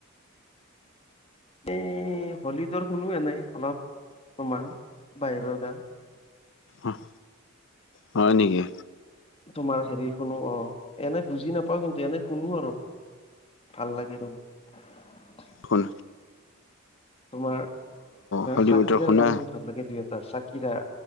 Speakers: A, on the left; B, on the left.
A: এ হলীডৰ শুনো এ নাই অলপ তোমাৰ বাহিৰৰ গান।
B: অহ হয় নেকি
A: তোমাৰ হেৰি শুনো অ' এনে বুজি নাপাও কিন্তু এনেই শুনো আৰু ভাল লাগে তোমাক।
B: খন
A: তোমাৰ
B: হলিউডৰ
A: চাকিৰাৰ
B: শুনা
A: গান ভাল লাগে দুই এটা চাকিৰা